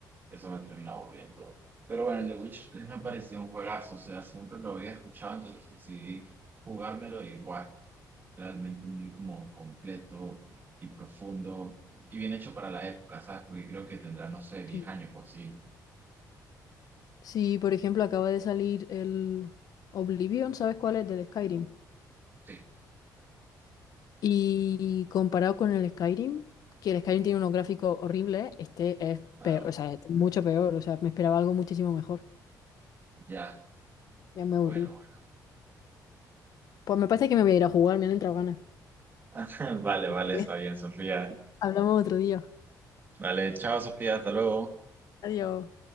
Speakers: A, on the right; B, on the left.
A: eso me termina aburriendo. Pero bueno, el The Witch 3 me pareció un juegazo, o sea, siempre lo había escuchado, entonces decidí jugármelo igual, realmente muy como completo y profundo y bien hecho para la época, ¿sabes? Porque creo que tendrá, no sé, diez
B: Sí.
A: años o así.
B: Sí, por ejemplo, acaba de salir el Oblivion, ¿sabes cuál es? Del Skyrim.
A: Sí,
B: Y comparado con el Skyrim, que el Skyrim tiene unos gráficos horribles, este es
A: claro,
B: peor, o sea, es mucho peor. O sea, me esperaba algo muchísimo mejor.
A: ya,
B: Ya me
A: bueno,
B: aburrí.
A: bueno.
B: Pues me parece que me voy a ir a jugar, me han entrado ganas.
A: <laughs> Vale, vale,
B: <laughs>
A: está bien, Sofía.
B: Hablamos otro día.
A: Dale, chao Sofía, hasta luego.
B: Adiós.